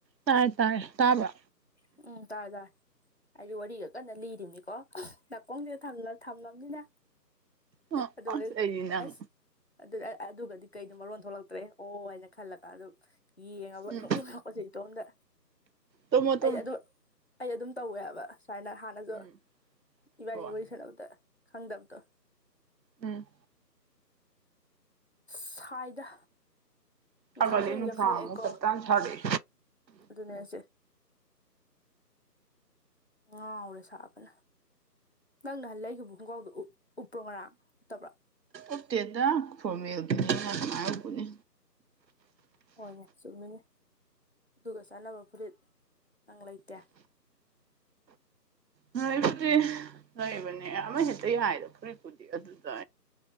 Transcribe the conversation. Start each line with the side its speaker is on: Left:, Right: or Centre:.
Right: ꯇꯥꯔꯦ ꯇꯥꯔꯦ ꯇꯥꯕꯔꯣ
Left: ꯎꯝ ꯇꯥꯔꯦ ꯇꯥꯔꯦ ꯑꯩꯖꯨ ꯋꯥꯔꯤꯒ ꯀꯟꯅ ꯂꯤꯔꯤꯝꯅꯤꯀꯣ ꯅꯥꯀꯣꯡꯁꯤꯗ ꯊꯝꯂ ꯊꯝꯃꯕꯅꯤꯅ
Right: ꯍꯨꯝ
Left: ꯑꯗꯨꯒ
Right: ꯎꯁ ꯑꯩꯗꯤ ꯅꯪ
Left: ꯑꯁ ꯑꯗꯨ ꯑ ꯑꯗꯨꯒꯗꯤ ꯀꯩꯗꯣ ꯃꯔꯣꯟ ꯊꯣꯛꯂꯛꯇ꯭ꯔꯦ ꯑꯣ ꯍꯥꯏꯅ ꯈꯜꯂꯒ ꯑꯗꯨ ꯌꯦꯡꯉꯕ
Right: ꯎꯝ
Left: ꯅꯣꯛꯅꯤꯡꯉꯛꯄꯁꯤ ꯏꯇꯣꯝꯗ
Right: ꯇꯨꯝꯃꯣ ꯇꯨꯝꯃꯣ
Left: ꯑꯩ ꯑꯗꯨꯝ ꯑꯩ ꯑꯗꯨꯝ ꯇꯧꯋꯦꯕ ꯍꯥꯏꯕ ꯁꯨꯃꯥꯏꯅ ꯍꯥꯟꯅ ꯑꯗꯣ
Right: ꯎꯝ
Left: ꯏꯕꯥꯅꯤ
Right: ꯍꯣꯏ
Left: ꯋꯥꯔꯤ ꯁꯥꯅꯕꯗ ꯈꯪꯗꯕꯗꯣ
Right: ꯎꯝ
Left: ꯁꯥꯏꯗ ꯅꯨꯡꯁꯥꯁꯦ
Right: ꯁꯒꯠꯂꯛꯑꯦ ꯅꯨꯡꯁꯥ
Left: ꯌꯥꯛꯈꯠꯂꯛꯑꯦꯀꯣ
Right: ꯑꯃꯨꯛ ꯄꯞꯇꯥꯡ ꯁꯥꯔꯛꯑꯦ
Left: ꯑꯗꯨꯅꯦ ꯑꯁꯦ ꯉꯥꯎꯔꯦ ꯁꯥꯕꯅ ꯅꯪ ꯅꯍꯥꯟ ꯂꯩꯈꯤꯕ ꯈꯣꯡꯒꯥꯎꯗꯣ ꯎꯞ ꯎꯞꯄ꯭ꯔꯣ ꯉꯔꯥꯡ ꯇꯕ꯭ꯔꯥ
Right: ꯎꯞꯇꯦꯗ ꯐꯣꯔꯃꯦꯜꯒꯤꯅꯤꯅ ꯀꯃꯥꯏ ꯎꯞꯄꯨꯅꯤ
Left: ꯍꯣꯏꯅꯦ ꯆꯨꯝꯃꯤꯅꯦ ꯑꯗꯨꯒ ꯆꯥꯟꯅꯕ ꯐꯨꯔꯤꯠ ꯅꯪ ꯂꯩꯇꯦ꯫
Right: ꯂꯩꯕꯨꯗꯤ ꯂꯩꯕꯅꯦ ꯑꯃ ꯍꯦꯛꯇ ꯍꯥꯏꯔꯣ ꯐꯨꯔꯤꯠꯄꯨꯗꯤ ꯑꯗꯨꯗ